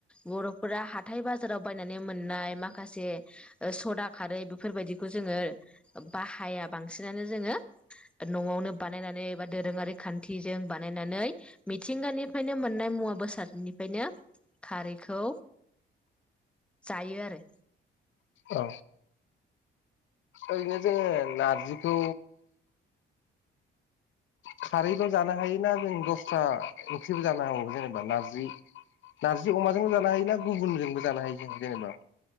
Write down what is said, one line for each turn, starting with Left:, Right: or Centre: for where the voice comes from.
Centre: बर'फोरा हाथाय बाजाराव बायनानै मोन नाय माखासे सदा खारै बेफोरबायदिखौ जोंङो बाहाया बांसिनानो जोंङो नआवनो बानायनानै बा दोरोंङारि खान्थिजों बानायनानै मिथिंगानिफ्रायनो मोननाय मुवा बेसादनिफ्रायनो खारैखौ जायो आरो
Left: औ ओरैनो जोंङो नारजिखौ खारैल जानो हायो ना जों दस्रा ओंख्रिबो जानो हागौ जेनेबा नारजि नार्जि अमाजोंबो जानो हायो ना गुबुनजोंबो जानो हायो जों जेनेबा